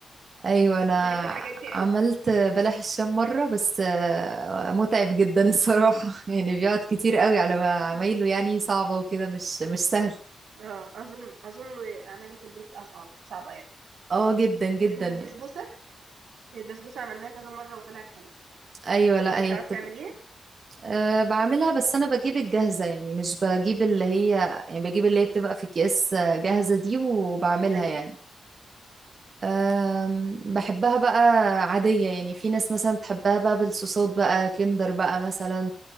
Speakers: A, on the right; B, on the right.
A: ايوه انا
B: بحب الحاجات دي
A: عملت
B: قوي
A: بلح الشام مره بس آه، متعب جدا الصراحه <laughs> يعني بيقعد كتير قوي على ما
B: <laughs>
A: عمايله يعني صعبه وكده مش مش سهل
B: اه اظن اظن اعماله في البيت اصعب صعبه يعني
A: اه جدا جدا
B: لكن البسبوسه
A: يعني
B: البسبوسه عملناها كذا مره وطلعت حلوه
A: ايوه لا
B: انت
A: هي
B: بتعرفي
A: بتبقى
B: تعمليها
A: أه بعملها بس انا بجيب الجاهزه يعني مش بجيب اللي هي يعني بجيب اللي هي بتبقى في اكياس آه، جاهزه دي وبعملها
B: ايوه
A: يعني أم، بحبها بقى عادية يعني في ناس مثلا بتحبها بقى بالصوصات بقى كندر بقى مثلا